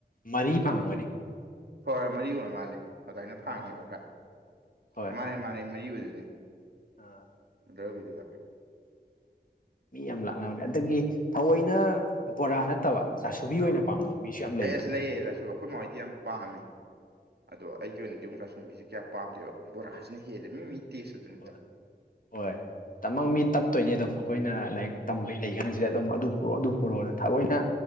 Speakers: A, on the left (about 50°); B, on the right (about 65°).
A: ꯃꯔꯤ ꯐꯥꯡꯉꯝꯒꯅꯤ
B: ꯍꯣꯏ ꯃꯔꯤ ꯑꯣꯏꯔꯥ ꯃꯥꯜꯂꯦ ꯑꯗꯥꯏꯅ ꯐꯥꯡꯉꯦꯕ
A: ꯑꯥ
B: ꯈꯔ
A: ꯍꯣꯏ
B: ꯃꯥꯅꯦ ꯃꯥꯅꯦ ꯃꯔꯤ ꯑꯣꯏꯗꯨꯅꯤ
A: ꯑꯥ
B: ꯑꯗꯨꯒꯤꯗꯨꯗ
A: ꯃꯤ ꯌꯥꯝ ꯂꯥꯛꯅꯕꯅꯦ ꯑꯗꯒꯤ ꯊꯑꯣꯏꯅ ꯕꯣꯔꯥ ꯅꯠꯇꯕ ꯆꯥꯁꯨꯕꯤ ꯑꯣꯏꯅ
B: ꯑꯧ
A: ꯄꯥꯝꯅꯕ ꯃꯤꯁꯨ ꯌꯥꯝ ꯂꯩꯕꯅꯤ
B: ꯑꯩ ꯑꯁ ꯂꯩꯌꯦ ꯆꯥꯁꯨ ꯑꯩꯈꯣꯏ ꯃꯥꯍꯣꯏꯗꯤ ꯌꯥꯝ ꯄꯥꯝꯃꯦ ꯑꯗꯣ ꯑꯩꯒꯤ ꯑꯣꯏꯅꯗꯤ ꯑꯃꯨꯛ ꯆꯥꯁꯨꯕꯤꯁꯦ ꯀꯌꯥ ꯄꯥꯝꯗꯦꯕ ꯕꯣꯔꯥꯁꯤꯅ ꯍꯦꯜꯂꯦ ꯃꯤ ꯃꯤ ꯇꯦꯁ ꯑꯗꯨꯅꯤꯗ
A: ꯍꯣꯏ ꯍꯣꯏ ꯇꯃꯪ ꯃꯤꯇꯞ ꯇꯣꯏꯅꯦ ꯑꯗꯨꯝ ꯑꯩꯈꯣꯏꯅ ꯂꯥꯏꯔꯤꯛ ꯇꯝꯕꯩ ꯂꯩ ꯀꯥꯟꯁꯤꯗ ꯑꯗꯨꯝ ꯑꯗꯨ ꯄꯨꯔꯛꯑꯣ ꯑꯗꯨ ꯄꯨꯔꯛꯑꯣꯅ ꯊꯑꯣꯏꯅ